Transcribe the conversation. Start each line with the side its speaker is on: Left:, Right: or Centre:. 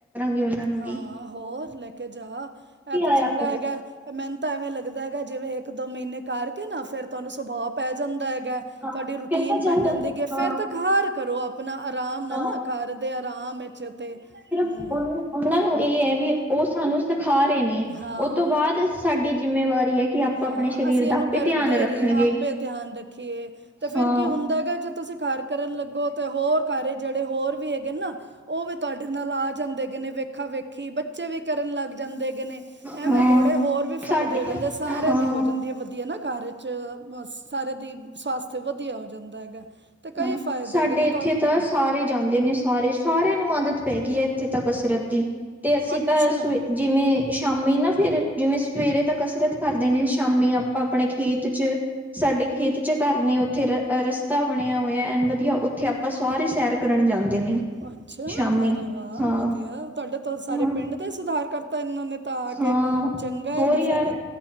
Centre: ਕੇ ਉਹਨਾਂ ਨੂੰ
Right: ਹਾਂ
Centre: ਵੀ।
Right: ਹਾਂ ਹੋਰ ਲੈਕੇ ਜਾ
Centre: ਵੀ
Right: ਇਹ ਤੇ
Centre: ਆਇਆ
Right: ਚੰਗਾ
Centre: ਕਰੇ
Right: ਹੈਗਾ। ਮੈਨ ਤਾਂ ਐਵੇਂ ਲੱਗਦਾ ਹੈਗਾ, ਜਿਵੇਂ ਇੱਕ ਦੋ ਮਹੀਨੇ ਕਰਕੇ ਨਾ ਫਿਰ ਤੁਹਾਨੂੰ ਸੁਭਾ ਪੈ ਜਾਂਦਾ ਹੈਗਾ। ਤੁਹਾਡੀ
Centre: ਹਾਂ
Right: ਰੂਟੀਨ
Centre: ਫਿਰ ਤਾਂ ਚੱਲ
Right: ਬਣ ਜਾਂਦੀ ਗ
Centre: ਹਾਂ
Right: ਫਿਰ ਤਾਂ ਖਾਰ ਕਰੋ ਆ <unintelligible> ਅਪਨਾ ਆਰਾਮ ਨਾਲ
Centre: ਹਾਂ
Right: ਨਾ ਘਰ ਦੇ ਆਰਾਮ ਵਿੱਚ ਤੇ ਹੂੰ
Centre: ਉਹ ਉਹਨਾਂ ਨੂੰ ਇਹ ਹੈ ਵੇ ਉਹ ਸਾਨੂੰ ਸਿਖਾ ਰਹੇ ਨੇ,
Right: ਹਾਂ
Centre: ਉਹ ਤੋਂ ਬਾਅਦ ਸਾਡੀ ਜਿੰਮੇਵਾਰੀ ਏ ਕਿ ਆਪਾਂ
Right: ਹਾਂ
Centre: ਆਪਣੇ ਸ਼ਰੀਰ
Right: ਅਸੀਂ
Centre: ਦਾ
Right: ਇਹਨੂੰ ਕਰਦੇ
Centre: ਧਿਆਨ ਰੱਖਣਗੇ
Right: ਰਹੀਏ ਆਪੇ ਧਿਆਨ ਰੱਖੇ ਤੇ ਫੇਰ
Centre: ਹਾਂ
Right: ਕੀ ਹੁੰਦਾ ਹੈਗਾ ਜੇ ਤੁਸੀਂ ਘਰ ਕਰਨ ਲੱਗੋ ਤੇ ਹੋਰ ਘਰ ਚ ਜਿਹੜੇ ਹੋਰ ਵੀ ਹੈਗੇ ਨਾ ਉਹ ਵੀ ਤੁਹਾਡੇ ਨਾਲ ਆ ਜਾਂਦੇ ਨੇ ਵੇਖਾ ਵੇਖੀ ਬੱਚੇ ਵੀ ਕਰਨ ਲੱਗ ਜਾਂਦੇ ਹੈਗੇ ਨੇ,
Centre: ਹਾਂ
Right: ਏਵੇਂ ਬੜੇ ਹੋਰ ਵੀ ਫਾਇਦੇ
Centre: ਸਾਡੇ
Right: ਹੋ ਜਾਂਦੇ ਸਾਰਿਆਂ
Centre: ਹਾਂ
Right: ਦੀ ਹੋ ਜਾਂਦੀ ਏ, ਵਧੀਆ ਨਾ ਕਾਰਜ ਵਿੱਚ ਸਾਰੇ ਦੀ ਸਵਸਥ ਵਧੀਆ ਹੋ ਜਾਂਦਾ ਹੈਗਾ। <unintelligible> ਕਈ
Centre: ਹਾਂ,
Right: ਫਾਇਦੇ
Centre: ਸਾਡੇ
Right: ਹੈਗੇ ਨੇ
Centre: ਇੱਥੇ
Right: ਹੂੰ।
Centre: ਤਾਂ ਸਾਰੇ ਜਾਂਦੇ ਨੇ ਸਾਰੇ, ਸਾਰਿਆਂ ਨੂੰ ਆਦਤ ਪੈ ਗਈ ਹੈ ਇੱਥੇ ਤਾਂ ਕਸਰਤ ਦੀ ਤੇ ਅਸੀਂ
Right: ਅੱਛਾ
Centre: ਤਾਂ ਸਵੇ ਜਿਵੇਂ ਸ਼ਾਮੀ ਨਾ ਫਿਰ ਜਿਵੇਂ ਸਵੇਰੇ ਤਾ ਕਸਰਤ ਕਰਦੇ ਨੇ ਸ਼ਾਮੀ ਆ ਆਪਣੇ ਖੇਤ ਚ ਸਾਡੇ ਖੇਤ ਚ ਘਰ ਨੇ ਉੱਥੇ ਰ ਰਸਤਾ ਤਾ ਬਣਿਆ ਹੋਇਆ ਐਨ ਵੱਧੀਆ ਉੱਥੇ ਆਪਾਂ ਸਾਰੇ ਸੈਰ ਕਰਨ ਜਾਂਦੇ ਨੇ
Right: ਅੱਛਾ
Centre: ਸ਼ਾਮੀ।
Right: ਅਰੇ ਵਾਹ
Centre: ਹਾਂ
Right: ਵਧੀਆ ਤੁਹਾਡੇ ਤੇ ਸਾਰੇ
Centre: ਹਾਂ
Right: ਪਿੰਡ ਦਾ ਹੀ ਸੁਧਾਰ ਕਰ ਦਿੱਤਾ ਇਹਨਾਂ ਨੇ ਤੇ ਆ
Centre: ਹਾਂ
Right: ਕੇ ਚੰਗਾ ਹੈਗਾ
Centre: ਹੋਰ ਯਾਰ
Right: ਫੇਰ